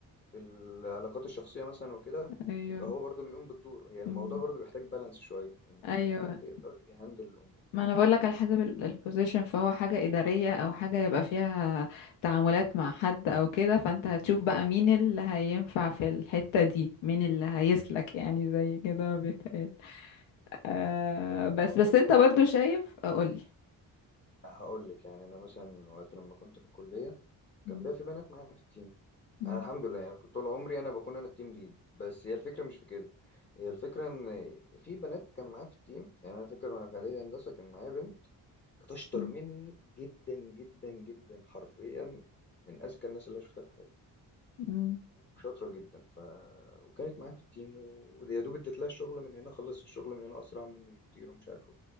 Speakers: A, on the left; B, on the left.
A: في العلاقات الشخصية مثلا وكده
B: ايوه
A: يبقى هو برضه اللي يقوم بالدور هي الموضوع
B: امم
A: برضه بيحتاج بالانس شوية ان
B: ايوه
A: الحد يقدر يهندل الامور
B: ما انا بقول لك على حسب البوزيشن فهو حاجة إدارية او حاجة يبقى فيها تعاملات مع حد او كده فانت هتشوف بقى مين اللي هينفع في الحتة دي مين اللي هيسلك يعني زي كده ما بيتقال آه
A: بالظبط
B: بس
A: اه
B: بس انت
A: يعني
B: برضو
A: انا
B: شايف قولي
A: هقول لك يعني انا مثلا وقت لما كنت في الكليه
B: مم.
A: كان بقى في بنات معايا في التيم
B: مم.
A: انا الحمد لله يعني كنت طول عمري انا بكون انا التيم ليد بس هي الفكره مش في كده هي الفكره ان في بنات كان معايا في التيم يعني انا فاكر وانا في اعدادي هندسه كان معايا بنت كانت اشطر
B: مم.
A: مني جدا جدا جدا حرفيا من اذكى الناس اللي أنا شفتها في حياتي
B: مم.
A: وشاطره جدا ف وكانت معايا في التيم ويا دوب اديت لها الشغل من هنا خلصت الشغل من هنا اسرع مني بكتير ومش عارف